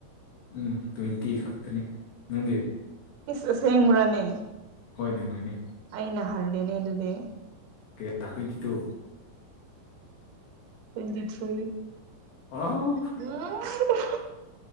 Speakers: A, on the left; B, on the right.
A: ꯎꯝ ꯇ꯭ꯋꯦꯟꯇꯤ ꯈꯛꯇꯅꯤ ꯅꯪꯗꯤ꯫
B: ꯏꯁ ꯑꯁꯦꯡꯕ꯭ꯔꯅꯦ꯫
A: ꯍꯣꯏꯅꯦ-ꯍꯣꯏꯅꯦ꯫
B: ꯑꯩꯅ ꯍꯜꯂꯦꯅꯦ ꯑꯗꯨꯗꯤ꯫
A: ꯀꯌꯥ ꯇ꯭ꯋꯦꯟꯇꯤ ꯇꯨ꯫
B: Twenty three.
A: ꯑꯥꯎ
B: <unintelligible>